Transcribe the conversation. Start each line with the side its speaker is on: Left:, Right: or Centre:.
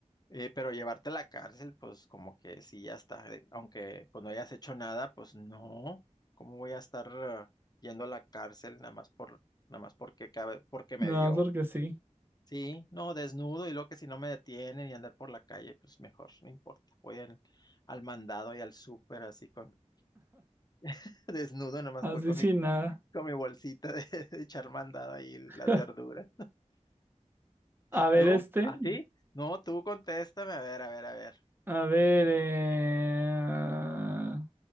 Left: Eh, pero llevarte a la cárcel, pues como que sí, ya está. eh, Aunque pues no hayas hecho nada, pues no. ¿Cómo voy a estar eh, yendo a la cárcel nada más por, nada más porque cabe, porque
Right: Nada
Left: me dio?
Right: más porque sí.
Left: Sí, no, desnudo y luego que si no me detienen y andar por la calle, pues mejor, no importa. Voy al, al mandado y al súper así con <laughs> desnudo, nada más
Right: Así
Left: voy con
Right: sin
Left: mi,
Right: nada.
Left: con mi bolsita de, <laughs> de echar mandado ahí
Right: <laughs>
Left: las verduras.
Right: A ver
Left: ¿Tú?
Right: este.
Left: ¿A ti? No, tú contéstame, a ver, a ver, a ver.
Right: A ver. eh,